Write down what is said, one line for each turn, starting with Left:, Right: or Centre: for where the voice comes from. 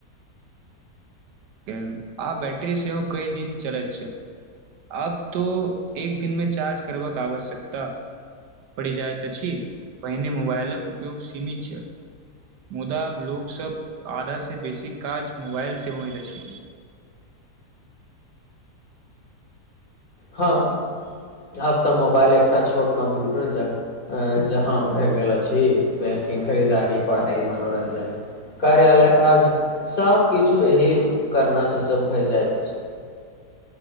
Right: केल आब बैटरी सेहो कई दिन चलैत छल आब तो एक दिन मे चार्ज करबाक के आवश्यकता परी जाइत अछि पहिने मोबाइलक उपयोग सीमित छै मुदा अब लोग सब आधा से बेसी काज मोबाइल से हो रशी
Left: हँ आब त मोबाइल एकटा छोट कम्प्यूटर जक आ जहाँ भए गेल अछि बैंकिंग खरीदारी पढ़ाइ मनोरञ्जन कार्यालय काज सभकिछु एहि उपकरणास से से भय जाइत अछि।